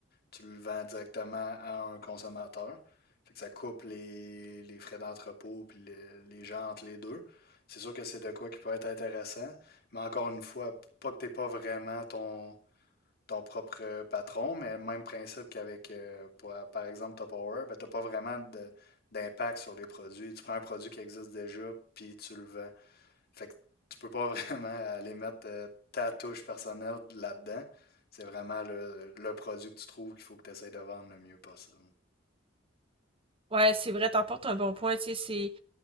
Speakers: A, on the left; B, on the right.
A: tu le vends directement à un consommateur. Fait que ça coupe les, les frais d'entrepôt puis le- les gens entre les deux. C'est sûr que c'est de quoi qui peut être intéressant, mais encore une fois, pas que t'aies pas vraiment ton ton propre euh, patron, mais même principe qu'avec, euh, pour- par exemple, Tupperware, ben, tu n'as pas vraiment de- d'impact sur les produits. Tu prends un produit qui existe déjà, puis tu le vends. Fait que tu peux pas <laughs> vraiment aller mettre euh, ta touche personnelle là-dedans. C'est vraiment le, le produit que tu trouves qu'il faut que tu essaies de vendre le mieux possible.
B: Ouais, c'est vrai, t'emportes un bon point, tu sais, c'est